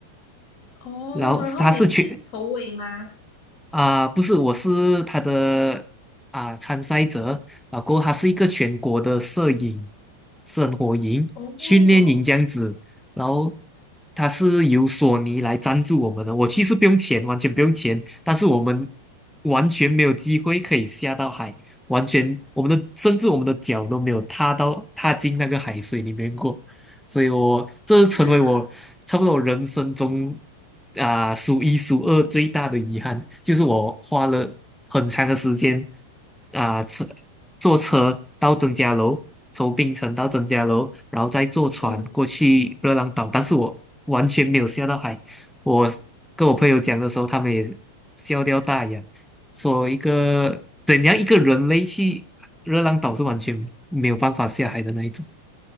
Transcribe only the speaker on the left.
哦，
然后你是头尾吗？
哦，
哇，
嗯。